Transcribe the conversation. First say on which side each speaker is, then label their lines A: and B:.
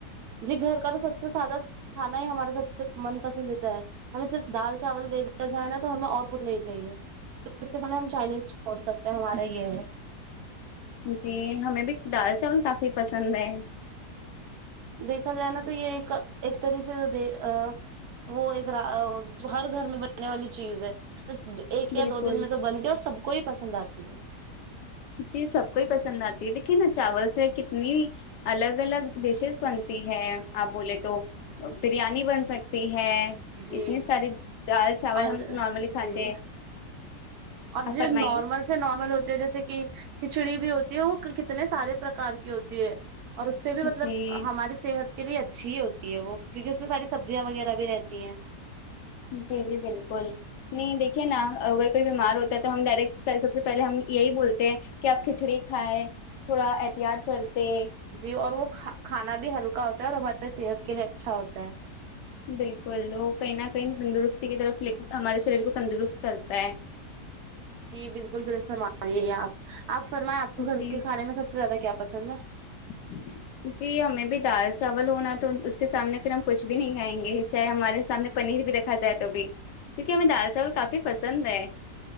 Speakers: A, on the right; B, on the left.
A: جی گھر کا تو سب سے سادہ کھانا ہی ہمارا سب سے من پسندیدہ ہے ہمیں صرف دال چاول دے دیا جائے نا تو ہمیں اور کچھ نہیں چاہیے اس کے سامنے ہم چائنیز چھوڑ سکتے ہیں ہمارے یہ ہے
B: جی ہمیں بھی دال چاول کافی پسند ہے
A: دیکھا جائے نا تو یہ ایک ایک طریقے سے آ وہ ایک ہر گھر میں بننے والی چیز ہے ایک
B: بالکل
A: یا دو دن میں تو بنتی ہے اور سب کو ہی پسند آتی ہے
B: جی سب کوئی پسند آتی ہے دیکھیے نا چاول سے کتنی الگ الگ ڈیشس بنتی ہے آپ بولے تو بریانی بن سکتی ہے
A: ہے جی
B: اتنی ساری دال چاول
A: اور
B: ہم نارملی کھاتے
A: جی
B: ہیں
A: اور
B: آپ
A: صرف
B: فرمائیے
A: نارمل سے نارمل ہوتے ہے جیسے کہ کھچڑی بھی ہوتی ہے وہ کتنے سارے پرکار کی ہوتی ہے اور اس سے بھی مطلب
B: جی
A: ہماری صحت کے لیے اچھی ہی ہوتی ہے وہ کیونکہ اس میں ساری سبزیاں وغیرہ بھی رہتی ہیں
B: جی جی بالکل نہیں دیکھیے نا اگر کوئی بیمار ہوتا ہے تو ہم ڈاریکٹ سب سے پہلے ہم یہی بولتے ہیں کہ آپ کھچڑی کھاے تھوڑا احتیاط کرتے
A: جی اور وہ کھانا بھی ہلکا ہوتا ہے اور ہماری صحت کے لیے اچھا ہوتا ہے
B: بالکل وہ کہیں نہ کہیں تندرستی کی طرف ل ہمارے شریر کو تندرست کرتا ہے
A: جی بالکل درست فرما رہے آپ آپ فرمائےیں آپ کو گھر
B: جی
A: کے کھانے میں سب سے زیادہ کیا پسند ہے
B: <inaudible> جی ہمیں بھی دال چاول ہونا تو اس کے سامنے ہم پھر کچھ بھی نہیں کھائیں گے چاہے ہمارے سامنے پنیر بھی رکھ کھا جائے تو بھی کیونکہ ہمیں دال چاول کافی پسند ہے